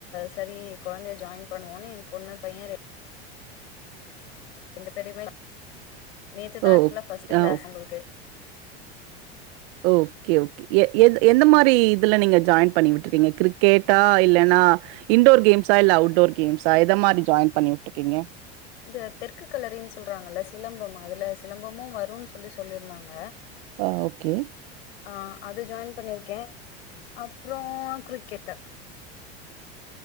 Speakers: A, on the left; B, on the right.
A: சரி கொழந்தய ஜாயின் பண்ணுவோன்னு எ பொண்ணு பைய ரெண்டு பேரையுமே நேத்து தா
B: ஓ
A: ஆக்சுவலா ஃபர்ஸ்ட்
B: ஆ
A: கிளாஸ்
B: ஓ,
A: உங்களுக்கு
B: ஓகே ஓகே எ எ எந்த மாரி இதுல நீங்க ஜாயின் பண்ணி விட்ருக்கீங்க கிரிக்கெட்டா இல்லன்னா இண்டோர் கேம்ஸா இல்ல அவுட்டோர் கேம்ஸா எத மாரி ஜாயின் பண்ணி உட்ருக்கீங்க
A: இந்த தெற்கு கலரின் சொல்றாங்கல சிலம்பம் அதுல சிலம்பமும் வரூ சொல்லி சொல்லியிருந்தாங்க
B: ஆ ஓகே
A: ஆ அது ஜாயின் பண்ணிருக்கே அப்றோ கிரிக்கெட்டு